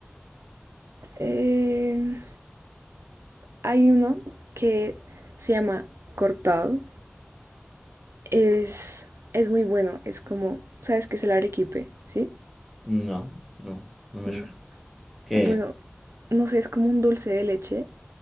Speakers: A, on the right; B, in the centre.
A: Eh, hay uno que se llama cortado. Es, es muy bueno. Es como, ¿sabes qué es el arequipe? ¿Sí?
B: No, no, no me
A: No.
B: suena. ¿Qué?
A: Bueno, no sé, es como un dulce de leche.